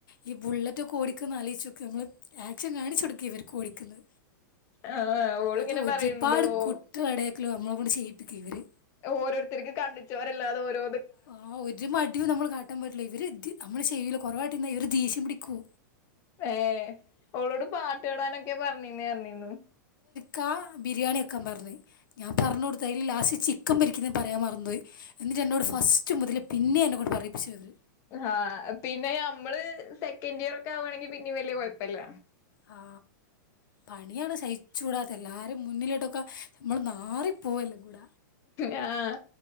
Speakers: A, on the left (about 80°); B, on the left (about 25°).
A: ഈ ബുള്ളറ്റൊക്കെ ഓടി ക്ക്ന്ന ആലോയ്ചോക്ക് അമ്മള് ആക്ഷൻ കാണിച്ചൊട്ക്ക ക്ക് ഇവർക്ക് ഓടിക്ക്ന്നെ
B: ആഹ് ഓളിങ്ങനെ
A: അത് ഒരുപാട്
B: പറയണ്ട് ഓ
A: കുട്ടിളടേക്ക്ലും അമ്മള കൊണ്ട് ചെയ്യ ഇ ക ഇവരെ
B: ഓരോരുത്തർക്കും കണ്ണ് ചോര ഇല്ലാതെ ഓരോ
A: ആഹ ഒരു മടിയും നമ്മള് കാട്ടാൻ പറ്റില്ല ഇവര് നമ്മള് ശയില കുറവായിട്ട് ഇവ ദേഷ്യ പിടിക്കൂ
B: ഏ ഓളോട് പാട്ട് കേടാനൊക്കെ പറഞ്ഞീന്നേ അഞ്ഞീു
A: ചാ ബിരിയാണി ഒക്കൻ പറഞ്ഞു ഞാൻ പറഞ്ഞഞ് കൊടുത്തതിൽ ലാസ്റ്റ് ചിക്കൻ പിരിക്കുന്ന പറയാൻ മറു പോയി എന്നിട്ട് എന്നോട് ഫസ്റ്റ് മുതലേ പിന്നെ എന്നെോട് പറയിപ്പിച്ചുത്
B: ആഹ പിന്നെ നമ്മള് സെക്കൻഡ് ഇയർ ഒക്കെ ആവവാണെങ്കി പിന്നെ വല്ിയ കുഴപ്പല്ല
A: ആ പണിയാണ് ശയിച്ച കൂടാത്ത എല്ലാരും മുന്നിലിട്ടൊക്കെ നമ്മൾ മാാറിപ്പോവല്ലാം കൂട
B: ആഹ്